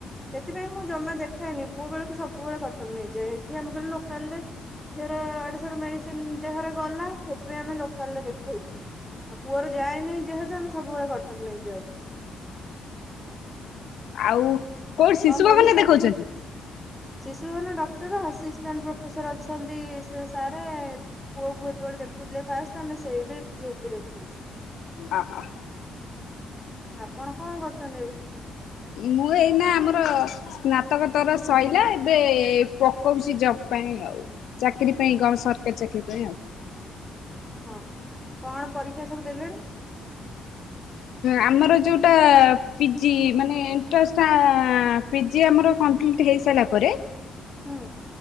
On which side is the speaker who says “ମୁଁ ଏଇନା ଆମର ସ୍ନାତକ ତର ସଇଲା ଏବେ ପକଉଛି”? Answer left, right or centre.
Left